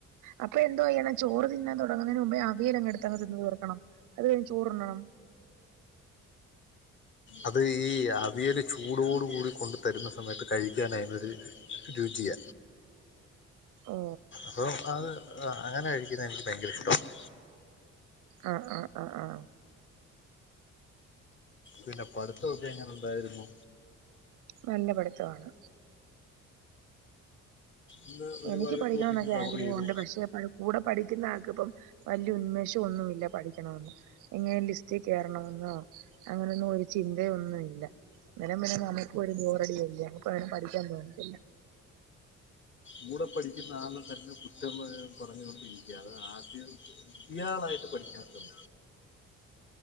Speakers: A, on the right; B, on the left.
A: അപ്പൊ എന്തോയ്യണം ചോറ്തിന്നാൻ തുടങ്ങതിന് മുമ്പേ അവിയൽ അങ്ങെടുത്ത് തിന്ന് തീർക്കണം അതുകഴിഞ്ഞ് ചോറുണ്ണണം
B: അത് ഈ അവിയൽ ചൂടോടു കൂടി കൊണ്ടു തരുന്ന സമയത്ത് കഴിക്കാനതിനൊരു രുചിയ
A: ഓ
B: <inaudible>
A: ആ ആ ആ ആ
B: പിന്നെ പഠിത്തൊക്കെ എങ്ങനെ ഉണ്ടായിരുന്നു
A: നല്ല പഠിത്തമാണ്
B: ഇന്ന് ഒരുപാട്
A: എനിക്ക് പഠിക്കണം
B: ടോപ്പിക്ക്
A: എന്നൊക്കെ നല്ല
B: കവർ
A: ആഗ്രഹമുണ്ട്
B: ചെയ്തു
A: പക്ഷെ കൂടെ പഠിക്കുന്ന ആൾക്ക് ഇപ്പം വലിയ ഉന്മേഷം ഒന്നുമില്ല പഠിക്കണമന്ന് എങ്ങനെ ലിസ്റ്റ് കേയറണമെന്നോ അങ്ങനൊന്നും ഒരു ചിന്തയൊന്നും ഇല്ല അന്നെരം പിന്നെ നമുക്ക് ഒരു ബോറടിയല്ലേ നമുക്ക് പഠിക്കാൻ തോന്നതില്ല
B: കൂടെ പഠിക്കുന്ന ആളെ തന്നെ കുറ്റം പറഞ്ഞുകൊണ്ടിരിക്കുക അത് ആദ്യം ഇയാളായിട്ട് പഠിക്കാത്തും